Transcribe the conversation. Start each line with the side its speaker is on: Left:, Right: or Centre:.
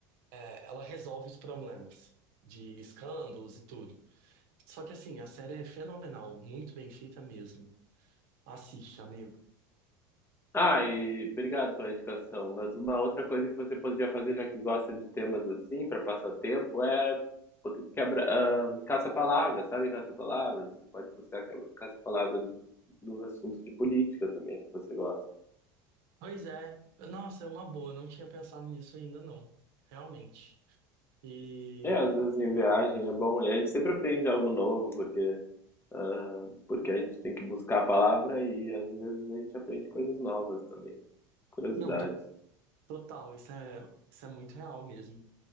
Right: é, ela resolve os problemas de escândalos e tudo. Só que assim, a série é fenomenal, muito bem feita mesmo. Assiste, amigo.
Left: Ah, e obrigado pela indicação. Mas uma outra coisa que você poderia fazer, já que gosta de temas assim, para passar tempo, é quebra, ah, caça-palavras, sabe? Caça-palavras. Você pode buscar quebra- caça-palavras nos assuntos de política também que você gosta.
Right: Pois é, nossa, é uma boa, não tinha pensado nisso ainda não, realmente. E
Left: É, às vezes em viagem é bom, e a gente sempre aprende algo novo, porque, ah, porque a gente tem que buscar a palavra e às vezes a gente aprende coisas novas também, curiosidades.
Right: não, to- total, isso é isso é muito real mesmo.